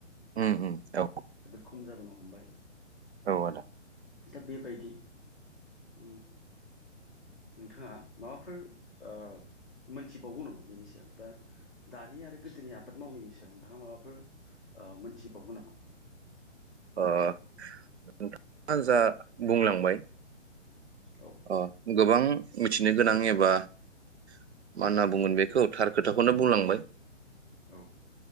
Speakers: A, on the right; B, in the centre.
A: उम उम औ।
B: जोबोद खम जाबोनो हमबाय।
A: औ आदा।
B: दा बेबायदि उम नोंथाङा माबाफोर ओ मोनथिबावगौ नामा बेनि सायाव बा दानि आरो गोदोनि आबाद मावनायनि सायाव नोंथाङा माबा फोर ओ मोन थिबावगौ नामा?
A: ओ नोंथाङा जा बुंलांबाय
B: औ
A: अ' गोबां मिथिनो गोनां एबा मा होनना बुंगोन बेखौ थार खोथाखौनो बुंलांबाय
B: औ